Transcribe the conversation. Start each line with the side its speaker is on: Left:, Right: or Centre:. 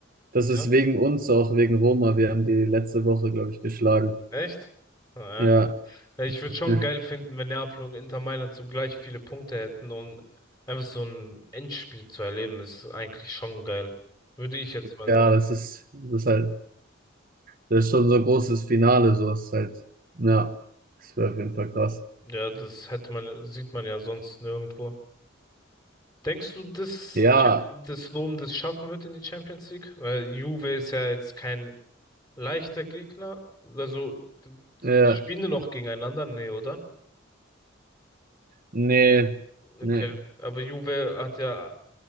Right: das
Left: ja,
Right: ist wegen uns, auch wegen Roma. Wir haben die letzte Woche, glaube ich, geschlagen.
Left: echt? Naja.
Right: Ja,
Left: Ja, ich würde
Right: <laughs>
Left: schon geil finden, wenn Neapel und Inter Mailand so gleich viele Punkte hätten und einfach so ein Endspiel zu erleben, ist eigentlich schon geil. Würde ich jetzt mal
Right: ja,
Left: sagen.
Right: das ist, das ist halt, das ist schon so ein großes Finale, so ist halt, ja, das wäre auf jeden Fall krass.
Left: Ja, das hätte man, sieht man ja sonst nirgendwo. Denkst du, dass
Right: Ja,
Left: das Rom das schaffen wird in die Champions League? Weil Juve ist ja jetzt kein leichter Gegner. Also, die
Right: ja,
Left: spielen nur noch gegeneinander, nee, oder?
Right: nee,
Left: Okay,
Right: nee,
Left: aber Juve hat ja,